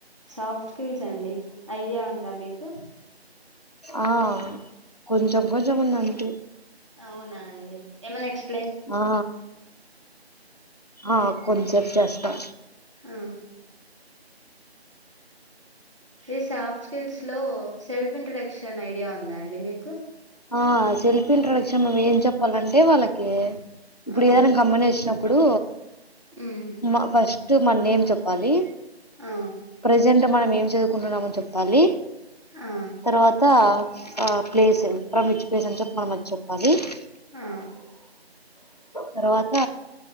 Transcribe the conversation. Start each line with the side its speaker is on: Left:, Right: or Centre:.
Right: సాఫ్ట్ స్కిల్స్ అండి ఐడియా ఉందా మీకు
Left: ఆ కొంచెం కొంచెం ఉందంటే
Right: అవునా అండి ఏమన్నా ఎక్స్
Left: ఆ ఆ కొంచసెప్ చేస్తా
Right: ఆ ఇ సాఫ్ట్ స్కిల్స్ లో సెల్ఫ్ ఇంట్రర్డ క్షన్ ఐడియా ఉందా అండి మీకు
Left: ఆ సెల్ఫీ ఇంట్రొడక్షన్ మేం ఏం చెప్పాలంటే వాళ్ళకి ఇప్పుడు
Right: ఆ
Left: ఏదన్న గమనించ ఇప్పుడు
Right: ఉమ్
Left: మా ఫస్ట్ ఫస్ట్ మన నేమ్ చెప్పాలి
Right: ఆ
Left: ప్రెజెంట్ మనం ఏమ్ చదువు కుంటున్నామని చెప్పాలి
Right: ఆ
Left: తర్వాత ఆ ప్లేస్ అప్పుం ఇచ్చి పేస్ అని చెప్ప మనం మచ్చి చెప్పాలి <unintelligible>
Right: ఆ
Left: తర్వాత